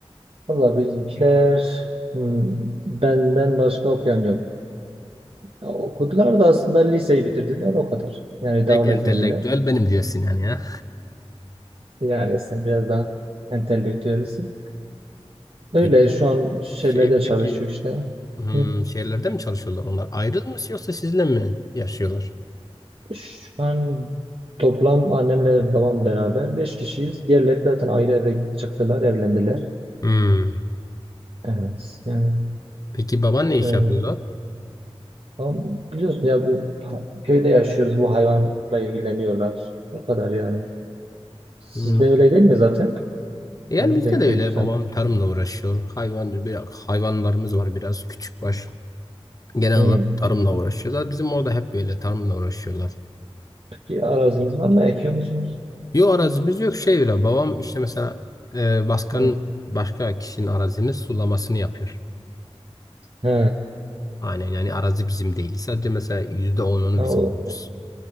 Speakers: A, on the right (about 60°); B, on the left (about 35°).
A: Valla bizimkiler hmm, benden başka okuyan yok. Ya okudular da aslında liseyi bitirdiler o kadar. Yani
B: tek
A: devam
B: entelektüel
A: etmediler.
B: benim diyorsun yani ya.
A: Yani sen biraz daha entelektüelsin. Öyle
B: Peki
A: şu an şeylerde
B: şey
A: çalışıyor
B: peki
A: işte.
B: hmm,
A: Hı.
B: şehirlerde mi çalışıyorlar onlar? Ayrı mı yoksa sizle mi yaşıyorlar?
A: Şu an toplam annemle babam beraber beş kişiyiz. Diğerleri zaten ayrı eve çıktılar, evlendiler.
B: Hmm.
A: Evet yani
B: Peki baban ne iş
A: e,
B: yapıyor lan?
A: tamam, biliyorsun ya bu ha- köyde yaşıyoruz bu hayvanla ilgileniyorlar. O kadar yani. Sizde
B: Hmm.
A: öyle değil mi zaten?
B: Yani
A: Sizin
B: bizde
A: de köydü
B: de öyle.
A: sanki.
B: Babam tarımla uğraşıyor. Hayvan, bir- hayvanlarımız var biraz küçükbaş. Genel
A: Hmm.
B: olarak tarımla uğraşıyorlar. Bizim orada hep böyle tarımla uğraşıyorlar.
A: Peki araziniz var mı? Ekiyor musunuz?
B: Yok arazimiz yok şey öyle. Babam işte mesela e, başkan
A: Hmm.
B: başka kişinin arazinin sulamasını yapıyor.
A: He.
B: Aynen yani arazi bizim değil. Sadece mesela yüzde onunu
A: Ha,
B: biz
A: o,
B: alıyoruz.